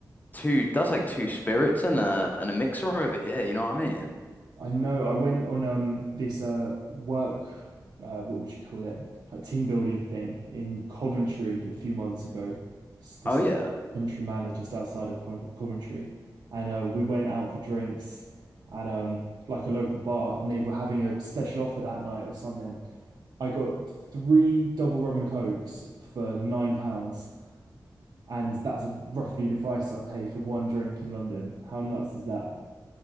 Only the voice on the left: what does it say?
two that's like two spirits and a and a mixer over here. You know what I mean?
Oh yeah.